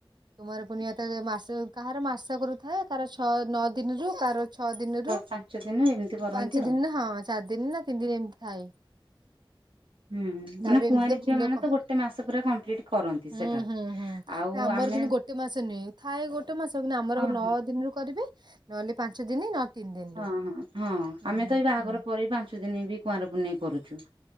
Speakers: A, on the right; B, on the right.
A: କୁମାର ପୂର୍ଣ୍ଣିମା ତ ମାସ କାହାର ମାସ କରୁଥାଏ କାହାର ଛଅ ନଅ ଦିନରୁ କାହାର ଛଅ ଦିନରୁ
B: ପାଞ୍ଚ ଦିନ ଏମିତି କରନ୍ତି
A: ପାଞ୍ଚ
B: ଆଉ।
A: ଦିନ ହଁ ଚାରି ଦିନ ନା ତିନି ଦିନ ଏମିତି ଥାଏ।
B: ହୁଁ
A: ତାପରେ
B: ମାନେ କୁଆଁରି
A: ଏମିତି ତ ଫୁଲ
B: ଝିଅ ମାନେ
A: କ
B: ତ ଗୋଟ ଗୋଟେ ମାସ ପୁରା କମ୍ପ୍ଲିଟ୍ କରନ୍ତି
A: ହୁଁ
B: ସେଇଟା
A: ହୁଁ ହୁଁ
B: ଆଉ
A: ନା ଆମର
B: ଆମେ।
A: କିନ୍ତୁ ଗୋଟେ ମାସ ନୁହେ ଥାଏ ଗୋଟେ ମାସ ଆମର
B: ହଁ
A: ନଅ
B: ହଁ
A: ଦିନରୁ କରିବେ ନହେଲେ ପାଞ୍ଚ ଦିନ ନ ତିନି ଦିନରୁ।
B: ହଁ ହଁ ହଁ
A: ହୁଁ
B: ଆମେ ତ ଏଇ ବାହାଘର
A: ହୁଁ
B: ପୃ ପାଞ୍ଚ ଦିନ ବି କୁଆଁରପୁନେଇ କରୁଛୁ।